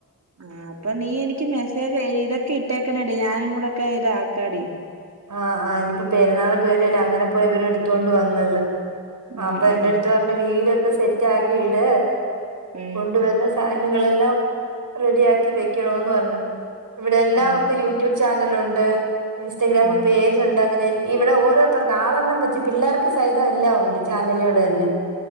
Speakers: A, on the right; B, on the right.
A: ആ അപ്പൊ നീ എനിക്ക് മെസ്സേജ് ഇതൊക്കെ ഇട്ടേക്കണേടി ഞാനും കൂടെക്കെ ഇതാക്കാടി
B: ആ ആ ഇനിയിപ്പോ പെരുന്നാളൊക്കെ വരോല്ലേ അങ്ങനെ പോയി ഇവര് എടുത്തൊണ്ട് വന്നത്
A: ഉം
B: ആ അപ്പ
A: ഉം
B: എന്റെ എട്ത്ത് പർഞ് വീട് ഒക്കെ സെറ്റ് ആക്കി ഇട്
A: ഉം
B: കൊണ്ടുവരുന്ന സ സാനങ്ങളെല്ലാം റെഡി ആക്കി വെക്കണോന്ന് പർഞ്ഞു ഇവടെ എല്ലാവർക്കും
A: ഉം
B: യു യൂട്യൂബ് ചാനലുണ്ട് ഇൻസ്റ്റഗ്രാമ്
A: ഉം
B: പേ ജു ഉണ്ട് അങ്ങനെ ഇവടെ ഓരോര്ത്തർക്ക് ആളെണ്ണം വെച്ച് പിള്ളേർക്ക് സഹിതം എല്ലാം ഉണ്ട് ചാനലുകള് എല്ലാം